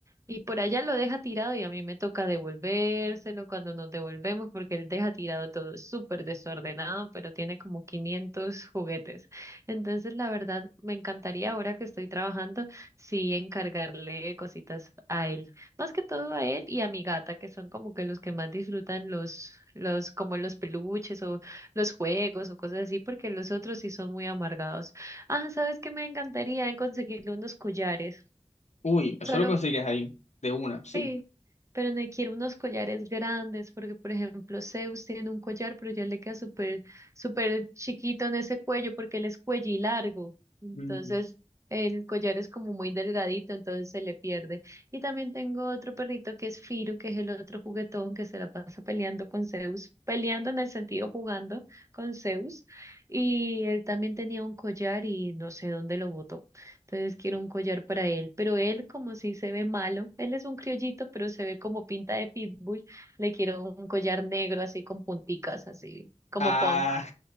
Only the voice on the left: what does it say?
Uy, eso
lo consigues ahí, de una, sí.
Mm.
Ah.